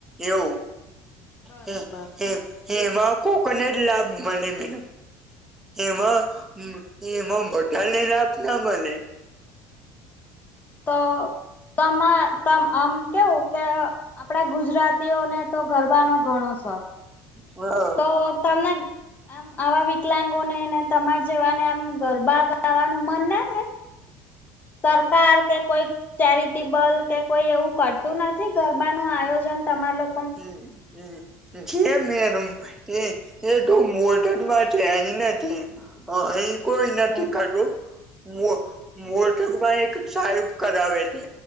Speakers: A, in the centre; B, on the left.
A: એવું
B: બરાબર
A: હમ હમ <unintelligible> એમાં કોકોનટ લાભ મળે મ એમાં એમાં મોઢા લને લ આપ ના મને.
B: તો તમા આમ કેવું કે આપણા ગુજરાતીઓને તો ગરબાનો ઘણો શોખ.
A: હા.
B: તો તમને. આમ આવા વિકલાંગોનેને તમાર જેવાને આમ ગરબા ગાવાનું મન ના થાય. સર સરકાર કે કોઈ. ચેરિટેબલ કે કોઈ એવું કરતું નથી ગરબાનું આયોજન તમાર લો
A: હમ હમ જે મેર એ એ તો મોઢમાં છે એ નથી. હ અહી કોય
B: એવું
A: નથી
B: છે
A: <unintelligible> મો મોટદમાં એક સાહેબ કરાવે છે.